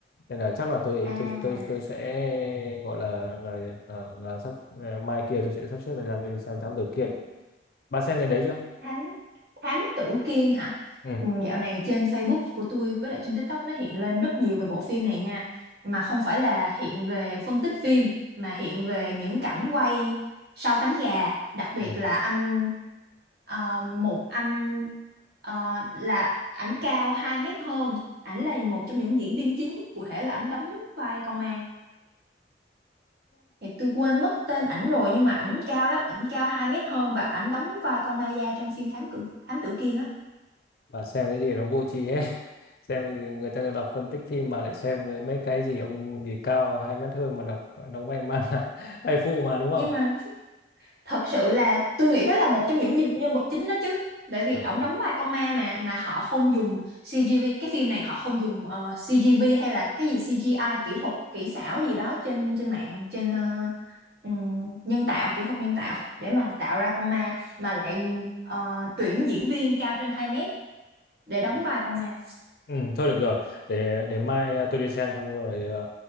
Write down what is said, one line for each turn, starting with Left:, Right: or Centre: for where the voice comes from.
Left: nên là chắc là tôi
Right: à
Left: tôi tôi tôi sẽ gọi là là là, là sắp ờ, mai kia tôi sẽ sắp xếp thời gian tôi đi xem Thám Tử Kiên Bà xem cái đấy chưa?
Right: Thám thám tử Kiên hả?
Left: Ừ.
Right: Ừ, Dạo này trên Facebook của tôi với lại trên TikTok nó hiện lên rất nhiều về bộ phim này nha. Mà không phải là hiện về phân tích phim mà hiện về những cảnh quay sau cánh gà, đặc biệt
Left: ừ.
Right: là anh ờ, một anh ờ, là ảnh cao 2 mét hơn, ảnh là một trong những diễn viên chính, cụ thể là ảnh đóng vai con ma. Thì tôi quên mất tên ảnh rồi nhưng mà ảnh cao lắm, ảnh cao 2 mét hơn và ảnh đóng vai con ma da trong phim Thám Cử Thám Tử Kiên á.
Left: Bà xem cái gì nó vô tri hết. <laughs> Xem người ta đọc phân tích phim mà lại xem mấy cái gì ông gì cao hai mét hơn mà đọc đóng vai man <laughs> vai phụ mà đúng không?
Right: nhưng mà thật sự là tôi nghĩ đó là một trong những nhân vật chính đó chứ tại vì
Left: À.
Right: ổng đóng vai con ma mà mà họ không dùng CGV cái phim này họ không dùng ờ, CGV hay là cái gì CGI kỹ thuật kỹ xảo gì đó trên trên mạng trên ờ, ừm, nhân tạo kỹ thuật nhân tạo để mà tạo ra con ma mà lại ờ, tuyển diễn viên cao trên 2 mét để đóng
Left: Ừ.
Right: vai con ma
Left: Ừ, thôi được rồi. Để để mai à, tôi đi xem xong rồi à,